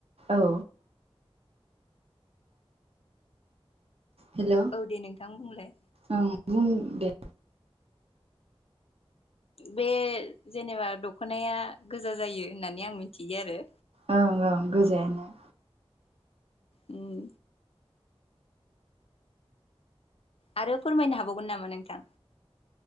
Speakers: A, on the right; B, on the left.
A: औ हेलौ
B: औ दे नोंथां बुंलाय।
A: ओं बुं दे।
B: बे जेनेबा दख'नाया गोजा जायो होननानै आं मिथियो आरो।
A: ओं ओं गोजायानो।
B: उम। आरो फोरमायनो हाबावगोन नामा नोंथां?